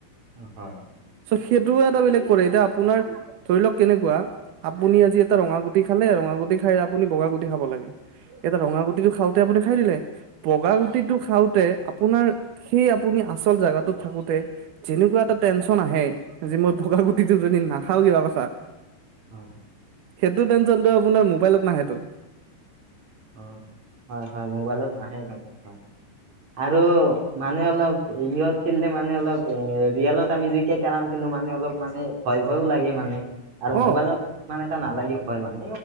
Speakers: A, on the right; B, on the right.
A: হয় হয়
B: চ' সেইটোও এটা বেলেগ কৰে এতিয়া আপোনাৰ ধৰি লওক কেনেকুৱা আপুনি আজি এটা ৰঙা গুটি খালে ৰঙাগুটি খাই আপুনি বগা গুটি খাব লাগে এতিয়া ৰঙা গুটিটো খাওঁতে আপুনি খাই দিলে বগা গুটিটো খাওঁতে আপোনাৰ সেই আপুনি আচল জোগাটোত থাকোতে যেনেকুৱা এটা টেনশন আহে যে মই বগা গুটিটো যদি নাখাওঁ কিবা কথাত
A: হয়
B: সেইটো টেনচনটো আপোনাৰ মোবাইলত নাহেটো।
A: অ হয় হয় মোবাইলোত নাহে নোকা হয়। আৰু মানুে অলপ ইয়ত খেলিলে মানে অলপ এ ৰিয়েলত আমি জিকিয় কেৰম খেলো। মানে অলপ মানে ভয় ভয়ও লাগে মানে। আৰু
B: অ
A: মোবাইলত ইমান এটা নালাগে ভয় মানে